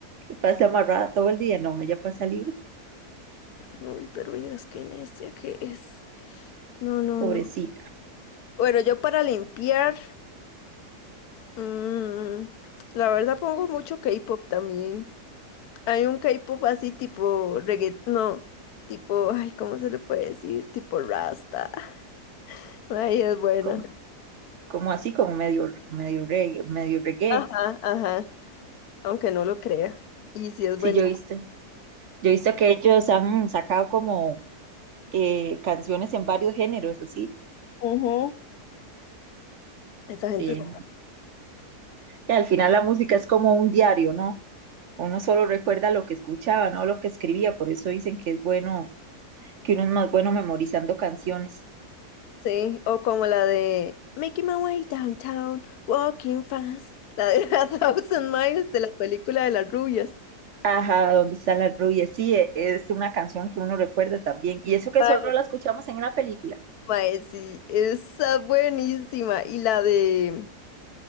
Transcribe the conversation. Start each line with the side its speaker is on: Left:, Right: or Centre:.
Right: Pasa amarrada todo el día, no, ella pasa libre,
Left: Uy, pero miras qué necia que es. No, no,
Right: pobrecita,
Left: no. Bueno, yo para limpiar, mm, la verdad pongo mucho K-pop también. Hay un K-pop así tipo reggaetón, no, tipo, ay, ¿cómo se le puede decir? Tipo Rasta. <laughs> Ay, es buena.
Right: como, como así, como medio, medio reggae, medio reggae.
Left: Ajá, ajá, aunque no lo crea. Y sí es
Right: Sí,
Left: buenísimo.
Right: yo he visto, yo he visto que ellos han sacado como eh, canciones en varios géneros, así,
Left: Ujú. Esa
Right: sí.
Left: gente, es-
Right: Y al final la música es como un diario, ¿no? Uno solo recuerda lo que escuchaba, no lo que escribía, por eso dicen que es bueno, que uno es más bueno memorizando canciones.
Left: sí, o como la de Making My Way Downtown, Walking Fast, la de <laughs> A Thousand Miles de la película de las rubias.
Right: Ajá, ¿dónde están las rubias? Sí, e- es una canción que uno recuerda también. Y eso que
Left: Mae,
Right: solo la escuchamos en una película.
Left: mae, sí, esa es buenísima. Y la de,